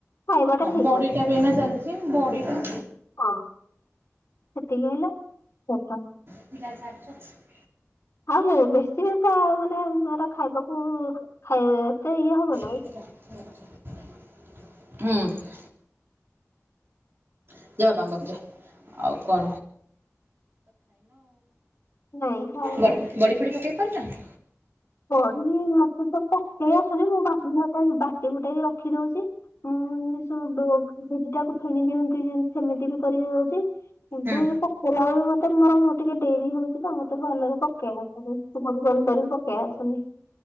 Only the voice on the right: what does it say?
ହଁ
ବଡିଟା
ବି ଏଇନା ଚାଲିଛି ବଡି ଟା
<inaudible>
ହୁଁ। <inaudible> ତ ଖାଇନ ଆଉ
ବଡି ଫଡି ପକେଇ ପାରୁଛ ନା?
ହଁ